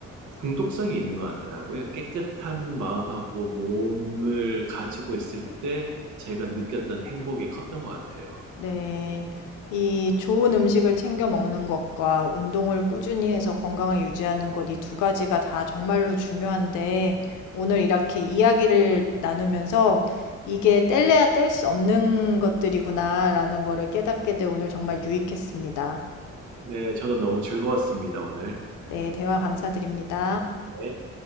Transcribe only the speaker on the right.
중독성이 있는 것 같더라고요. 깨끗한 마음하고 몸을 가지고 있을 때 제가 느꼈던 행복이 컸던 것 같아요.
네, 저도 너무 즐거웠습니다, 오늘.
네.